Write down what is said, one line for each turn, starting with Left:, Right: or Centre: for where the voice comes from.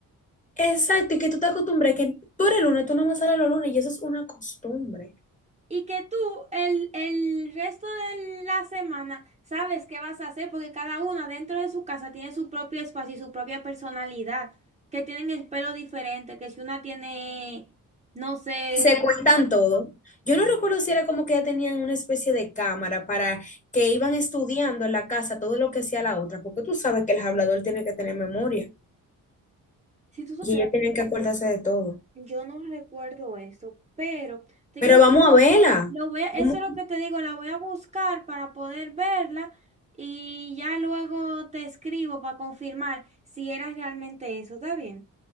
Left: Exacto, y que tú te acostumbres, que tú eres lunes, tú no más sales los lunes, y eso es una costumbre.
Right: y que tú el, el resto de la semana sabes qué vas a hacer porque cada una dentro de su casa tiene su propio espacio y su propia personalidad, que tienen el pelo diferente, que si una tiene, no sé,
Left: Y
Right: una...
Left: se cuentan
Right: una-
Left: todo. Yo no recuerdo si era como que ya tenían una especie de cámara para que iban estudiando en la casa todo lo que hacía la otra, porque tú sabes que el hablador tiene que tener memoria
Right: Si tú supieras
Left: y ellos tienen
Right: que...
Left: que acordarse de todo.
Right: Yo no recuerdo eso, pero te
Left: Pero
Right: digo lo
Left: vamos
Right: que voy
Left: a verla.
Right: a hacer. Lo voy a- eso
Left: Vamos-
Right: es lo que te digo, la voy a buscar para poder verla y ya luego te escribo para confirmar si era realmente eso, ¿está bien?